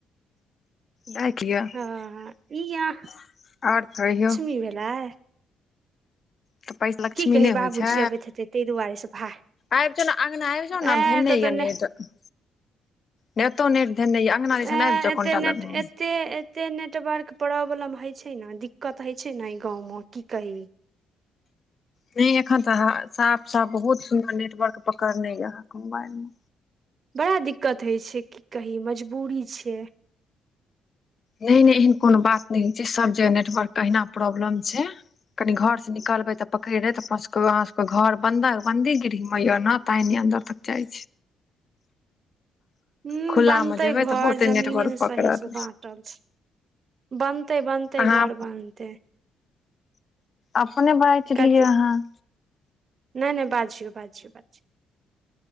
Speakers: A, on the left; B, on the right.
A: राईख लिय आओर
B: हँ ई अहाँ
A: कहियौ।
B: लक्ष्मी भेलाइ <unintelligible>
A: तऽ पैस लक्ष्मी
B: कही
A: नहि
B: बाबूजी
A: होइ छै।
B: अबैत हेतै ताहि दुआरे से भा
A: आबि जौ ने अंगना आबि जाऊ
B: ए
A: ने धेनेयान
B: तऽ ने
A: तऽ। नहि एतौ नेट धैनेया अंगना दिसन
B: ए
A: आइब जौ
B: एते
A: कोनटा
B: नेट
A: लग। मे
B: एते एते नेटवर्क प्रॉब्लम हय छै ने दिक्कत हय छै ने एहि गाँवम की कही।
A: नहि एखन तऽ साफ साफ बहुत सुन्दर नेटवर्क पकड़ने य आहाँके मोबाइल मे।
B: बड़ा दिक्कत होइ छै की कही मजबूरी छै।
A: नहि नहि एहन कोनो बात नहि छै सब जगह नेटवर्क के अहिना प्रॉब्लम छै। कनी घर से निकलबे तऽ पकड़ लेत अपन सबके आहाँ सबके घर बंदी बन्दी गिरीह में य ने। ताय ने अन्दर तक जाय।
B: हूँ
A: खुला
B: बनतै
A: मे जेबै
B: घर
A: तऽ बहुते
B: जमीने
A: नेटवर्क
B: ने सही
A: पकड़त
B: से बा टल छै बनतै बनतै
A: अहाँ
B: घर बनतै।
A: अपने बाईट
B: कथी
A: लिय अहाँ।
B: नहि- नहि बाजियौ, बाजियौ बाजू,